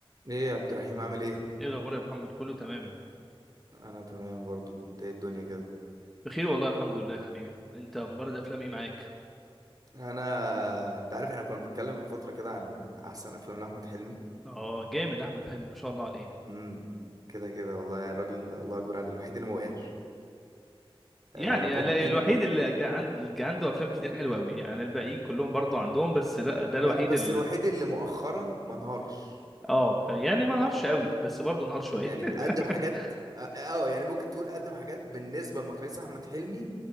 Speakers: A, on the right; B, in the centre.
A: ايه يا عبد الرحيم عامل ايه
B: ايه الاخبار يا محمد كله تمام
A: انا تمام برضو انت ايه الدنيا كده
B: بخير والله الحمد لله يا حبيبي انت اخبار الافلام ايه معاك
A: انا انت عارف احنا كنا بنتكلم من فتره كده عن احسن افلام لاحمد حلمي
B: اه جامد احمد حلمي ما شاء الله عليه
A: امم كده كده والله يعني الراجل الله اكبر عليه الوحيد اللي ما وقعش
B: يعني
A: آه ممكن
B: لا- الوحيد اللي جا- عند اللي جا عنده افلام كتير حلوه قوي يعني الباقيين كلهم برضو عندهم بس لا ده الوحيد
A: لا بس
B: اللي
A: الوحيد اللي مؤخرا ما انهارش
B: اه ف- يعني ما نهارش قوي بس برضو نهار شويه
A: يعني
B: <laughs>
A: قدم حاجات اه آه، آه، يعني ممكن تقول قدم حاجات بالنسبه لمقاييس احمد حلمي